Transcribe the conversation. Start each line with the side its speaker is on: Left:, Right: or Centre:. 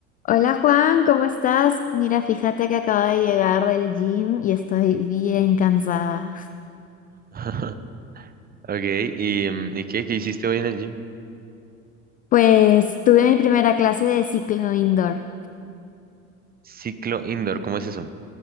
Left: Hola Juan, ¿cómo estás? Mira, fíjate que acabo de llegar del gym y estoy bien cansada.
Right: <laughs> Ok, ¿y, mm, ¿y qué, qué hiciste hoy en el gym?
Left: Pues tuve mi primera clase de ciclo indoor.
Right: Ciclo indoor, ¿cómo es eso?